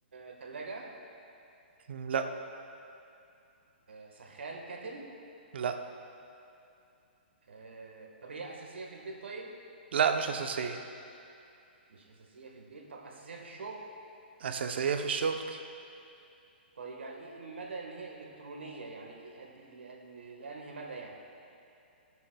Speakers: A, on the right; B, on the right.
A: ثلاجه
B: لا
A: سخان كتل
B: لا
A: آه، طب هي اساسيه في البيت طيب
B: لا مش أساسية
A: مش اساسيه في البيت طب اساسيه في الشغل
B: أساسية في الشغل
A: طيب يعني ايه مدى ان هي الكترونيه يعني ايه قد إيه ل- لانهي مدى يعني